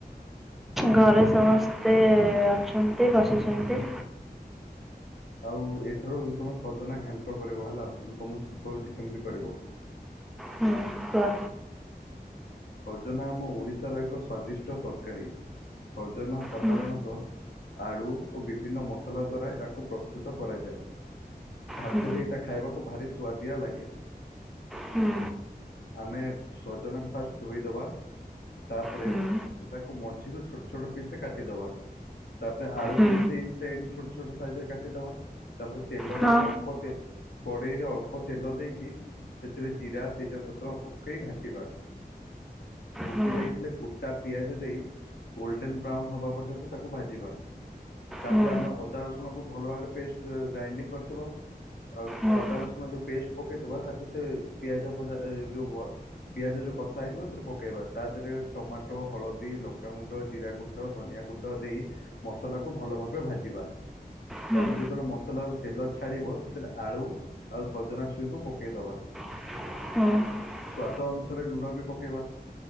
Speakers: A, in the centre; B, on the left.
A: ଘରେ ସମସ୍ତେ ଅଛନ୍ତି ବସିଛନ୍ତି।
B: ଆଉ ଏଥର ତମେ ସଜନା ଘାଣ୍ଟ କରିବ ହେଲା ମୁଁ ତମକୁ ଶିଖଉଛି କେମିତି କରିବ।
A: ହୁଁ କୁହ।
B: ସଜନା ଆମ ଓଡିଶାର ଏକ ସ୍ଵାଦିଷ୍ଟ ତରକାରୀ। ସଜନା ସାଧାରଣତଃ
A: ହୁଁ
B: ଆଳୁ ଓ ବିଭିନ୍ନ ମସଲା ଦ୍ଵାରା ଏହାକୁ ପ୍ରସ୍ତୁତ କରାଯାଏ। ଭାତରେ
A: ହୁଁ
B: ଏଇଟା ଖାଇବାକୁ ଭାରି ସୁଆଦିଆ ଲାଗେ।
A: ହୁଁ
B: ଆମେ ସଜନାକୁ ଫାଷ୍ଟ ଧୋଇଦବା। ତାପରେ
A: ହୁଁ
B: ତାକୁ ମଝିରୁ ଛୋଟ ଛୋଟ ପିସରେ କାଟିଦବା। ତାପରେ ଆଳୁକୁ
A: ହୁଁ
B: ବି ସେଇ ସେମ୍ ଛୋଟ ଛୋଟ ସାଇଜିରେ କାଟିଦବା। ତାପରେ ତେଲରେ
A: ହଁ
B: ଅଳ୍ପ ତେ କଡ଼େଇରେ ଅଳ୍ପ ତେଲ ଦେଇକି ସେଥିରେ ଜିରା ତେଜପତ୍ର ପକେଇ ଘା ଟିବା ଫୁଟି
A: ହୁଁ
B: ଯାଇଥିଲେ କୁଟା ପିଆଜ ଦେଇ ଗୋଲ୍ଡେନ୍ ବ୍ରାଉନ୍ ହବା ପର୍ଯ୍ୟନ୍ତ ତାକୁ ଭାଜିବା। ତାପରେ
A: ହୁଁ
B: ଆମେ ଅଦା ରସଣକୁ ଭଲ ଭାବରେ ପେଷ୍ଟେ ଗ୍ରାଇଣ୍ଡିଙ୍ଗ୍ କରିଥିବା। ଆଉ
A: ହୁଁ
B: ଅଦା ରସୁଣ ଯୋଉ ପେଷ୍ଟେ ପକେଇଦବା ତାକୁ ସେ ପିଆଜ ଭଜା ଏ ଯୋଉ ପିଆଜ ଯଉ କଷା ହେଇଥିବ ସେଥିରେ ପକେଇବା ତା ଦେହରେ ଟମାଟୋ, ହଳଦୀ, ଲଙ୍କାଗୁଣ୍ଡ, ଜିରା, ଗୁଣ୍ଡ ଧନିଆ ଗୁଣ୍ଡ ଦେଇ ମସଲାକୁ ଭଲ ଭାବେ ଭାଜିବା
A: ହୁଁ
B: ତାପରେ ଯେତେବେଳେ ମସଲାରୁ ତେଲ ଛାଡ଼ିବ ସେତେବେଳେ ଆଳୁ ଆଉ ସଜନା ଛୁଇଁଙ୍କୁ ପକେଇଦବା
A: ହୁଁ।
B: ସ୍ଵାଦ ଅନୁସାରେ ଲୁଣବି ପକେଇବା